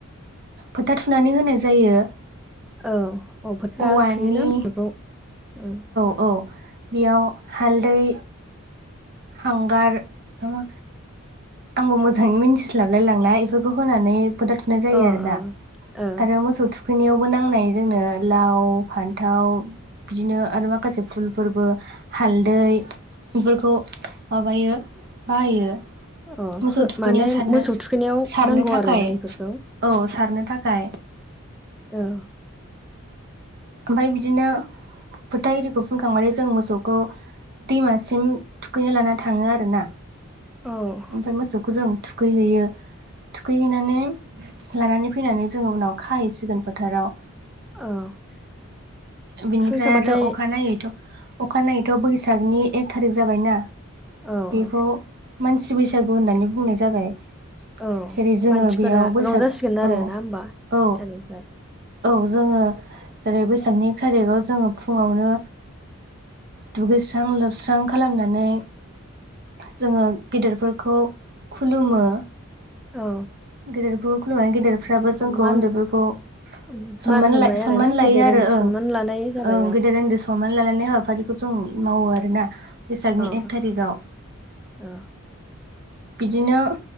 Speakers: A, on the right (about 50°); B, in the centre.
A: फोथा थुनानै होनाय जायो
B: औ अ फोथा
A: औवानि
B: थुयोना मोखौ उम।
A: अ बियाव हालदै हांगार नामा आंबो मोजाङै मिन्थिस्लाबलाय लांला एफोरखौ होनानै फोथा थुनाय जायो
B: अ
A: आरो ना
B: औ
A: आरो मोसौ थु खैनायावबो नांनाय जोंनो लाव फान्थाव बिदिनो आरो माखासे फुलफोरबो हालदै बेफोरखौ माबायो बाहायो।
B: अ
A: मोसौ थुखैनायाव
B: माने
A: सारनो
B: मोसौ थुखैनायाव
A: सारनो
B: नांगौ
A: थाखाय
B: आर ना इफोरखौ।
A: औ सारनो थाखाय
B: औ
A: ओमफ्राय बिदिनो फोथ इरिखौ फुनखांनानै जों मोसौखौ दैमासिम थुखैनो लाना थाङो आर ना।
B: औ
A: ओमफ्राय मोसौखौ जों थुखैहैयो थुखैहैनानै लानानै फैनानै जोङो उनाव खाहैसिगोन फोथाराव।
B: औ
A: बिनिफ्राय
B: थुखैखांबाथाय
A: आरो अखानायनायैथ' अखानायनायैथ' बैसागनि एक थारिख जाबायना?
B: औ
A: बेखौ
B: औ
A: मानसि बैसागु होननानै बुंनाय जाबाय।
B: औ
A: जेरै जोङो
B: मानसिफोरा
A: बेयाव बैसाग
B: रंजासिगोन आरो
A: औ
B: ना होमबा
A: औ
B: थारिखनिफ्राय
A: औ जोङो जओेरै बैसागनि थारिखाव जोङो फुङावनो दुगैस्रां लोबस्रां खालामनानै जोङो गेदेरफोरखौ खुलुमो।
B: औ
A: गेदेरफोरखौ खुलुमनानै गेदेरफ्राबो जोंखौ
B: मान
A: उन्दैफोरखौ
B: मान
A: सनमान
B: होबाय आरोना
A: लायो
B: गेदेर
A: आरो
B: उन्दै सनमान
A: ओं
B: लानाय जाबाय
A: ओं
B: औ
A: गोदो उन्दै सनमान लालायनाय हाबा हफारिखौ जों मावो आरोोना बैसागनि
B: ओ
A: एक थारिखाव।
B: औ
A: बिदिनो